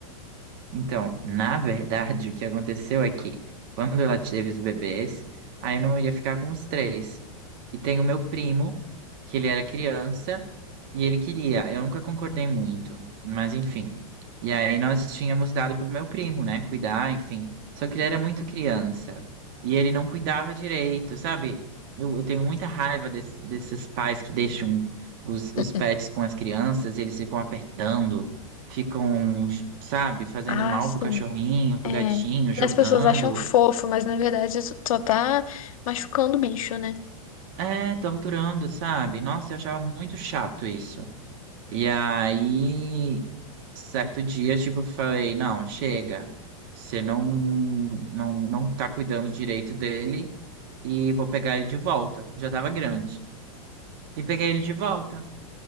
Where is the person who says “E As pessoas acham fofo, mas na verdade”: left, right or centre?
Left